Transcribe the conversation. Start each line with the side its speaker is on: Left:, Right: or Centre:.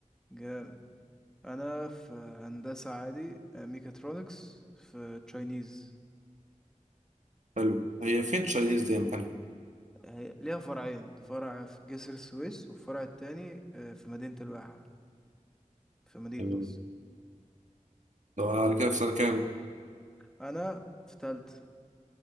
Centre: جامد انا في هندسة عادي اه، ميكاترونكس في تشاينيز
Right: حلو هي فين تشاينيز دي مكانها
Centre: هي- ليها فرعين فرع في جسر السويس والفرع التاني اه، في مدينة الواحة في مدينة
Right: تمام
Centre: نصر
Right: طب على كده في سنه كام
Centre: انا في تالتة